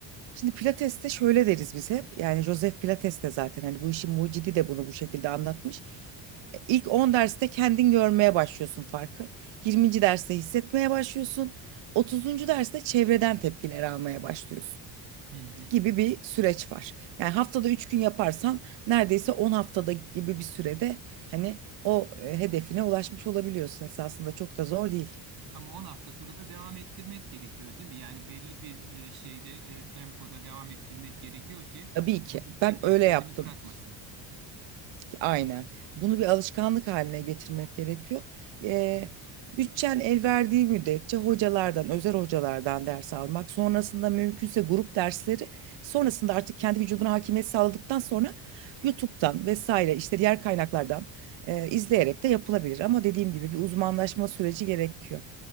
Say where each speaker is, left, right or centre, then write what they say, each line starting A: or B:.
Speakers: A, on the right (about 70°); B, on the right (about 55°).
A: Şimdi Pilates'te şöyle deriz biz hep. Yani Joseph Pilates de zaten hani bu işin mucidi de bunu bu şekilde anlatmış. İlk 10 derste kendin görmeye başlıyorsun farkı. 20. derste hissetmeye başlıyorsun. 30. derste çevreden tepkiler almaya başlıyorsun
B: Hı hı.
A: gibi bir süreç var. Yani haftada 3 gün yaparsan neredeyse 10 haftada gibi bir sürede hani o e, hedefine ulaşmış olabiliyorsun esasında çok da zor değil.
B: Ama 10 hafta sonra da devam ettirmek gerekiyor değil mi? Yani belli bir e, şeyde e, tempoda devam ettirmek gerekiyor ki
A: Tabii ki.
B: vücut tekrar
A: Ben öyle
B: kendini
A: yaptım.
B: bırakmasın.
A: Aynen. Bunu bir alışkanlık haline getirmek gerekiyor. Eee bütçen el verdiği müddetçe hocalardan, özel hocalardan ders almak, sonrasında mümkünse grup dersleri, sonrasında artık kendi vücuduna hakimiyet sağladıktan sonra YouTube'dan vesaire işte diğer kaynaklardan eee, izleyerek de yapılabilir. Ama dediğim gibi bir uzmanlaşma
B: Hı hı.
A: süreci gerekiyor.